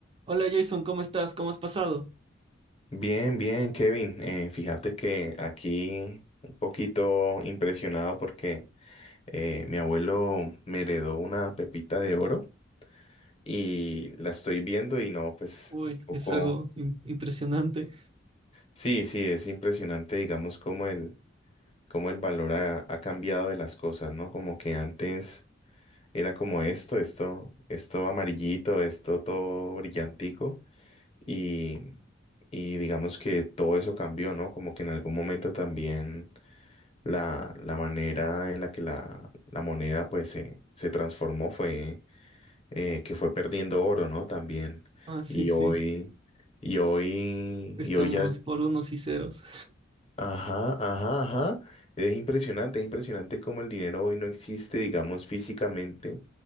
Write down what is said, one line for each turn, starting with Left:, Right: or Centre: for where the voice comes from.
Right: Hola Jason, ¿cómo estás? ¿Cómo has pasado?
Left: Bien, bien, Kevin. Eh, fíjate que aquí un poquito impresionado porque eh, mi abuelo me heredó una pepita de oro y la estoy viendo y no, pues
Right: Uy,
Left: un poco...
Right: es algo im- impresionante.
Left: Sí, sí, es impresionante, digamos, cómo el, cómo el valor ha, ha cambiado de las cosas, ¿no? Como que antes era como esto, esto, esto amarillito, esto todo brillantico y, y digamos que todo eso cambió, ¿no? Como que en algún momento también la, la manera en la que la, la moneda pues se, se transformó fue eh, que fue perdiendo oro, ¿no? También.
Right: Ah, sí,
Left: Y
Right: sí,
Left: hoy, y hoy,
Right: estamos
Left: y hoy ya,
Right: por unos y ceros.
Left: ajá, ajá, ajá. Es impresionante, es impresionante cómo el dinero hoy no existe, digamos, físicamente,